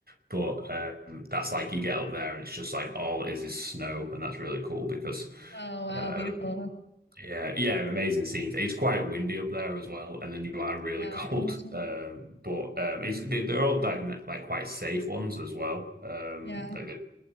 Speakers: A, on the right (about 60°); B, on the left (about 80°).
A: but um that's like you get up there and it's just like all it is is snow and that's really cool because
B: Oh, wow,
A: um,
B: beautiful.
A: yeah, yeah, amazing scenes. It's quite windy up there as well, and then you are really
B: Yeah,
A: <laughs> cold.
B: I can imagine.
A: Um, but um, it's they,
B: Mm,
A: they're all like n- like quite safe ones as well. Um,
B: Yeah.
A: like they,